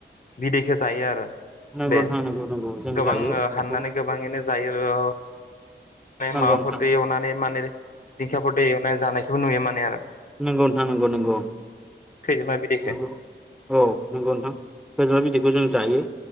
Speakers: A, on the left; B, in the centre.
A: बिदैखो जायो आरो
B: नंगौ
A: दे
B: नोंथां नंगौ नंगौ जों
A: गोबां
B: जायो बेखौ
A: हाननानै औ गोबाङैनो जायो ओ बे
B: नांगौ
A: माबाफोरफोरखौ
B: नोंथां
A: एवनानै माने दिखलायें एवनाय जानायखौबो नुयो माने आरो
B: नंगौ नोंथां नंगौ नंगौ
A: खैजेमा बिदैखो
B: नंगौ औ नंगौ नोंथां खोजिमा बिदैखौ जों जायो